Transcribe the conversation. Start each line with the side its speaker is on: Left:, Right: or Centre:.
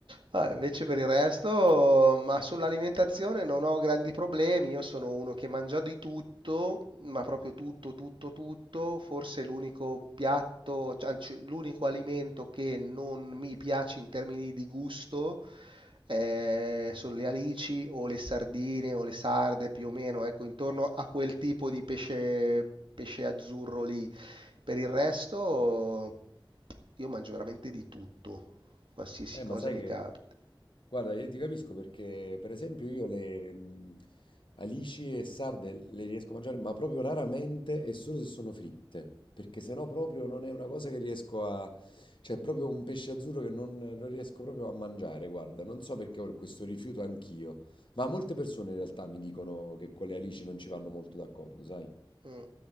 Right: Ah, invece per il resto, ma sull'alimentazione non ho grandi problemi. Io sono uno che mangia di tutto, ma proprio tutto, tutto, tutto. Forse l'unico piatto, cioè, anzi, l'unico alimento che non mi piace in termini di gusto eh, sono le alici o le sardine o le sarde, più o meno, ecco, intorno a quel tipo di pesce, pesce azzurro lì. Per il resto, io mangio veramente di tutto, qualsiasi
Left: Eh,
Right: cosa
Left: ma sai
Right: mi
Left: che...
Right: capita.
Left: Guarda, io ti capisco perché, per esempio, io le mh, alici e sarde le riesco a mangiare, ma proprio raramente e solo se sono fritte, perché sennò proprio non è una cosa che riesco a... cioè è proprio un pesce azzurro che non, non riesco proprio a mangiare, guarda, non so perché ho questo rifiuto anch'io, ma molte persone in realtà mi dicono che con le alici non ci vanno molto d'accordo, sai?
Right: Mm,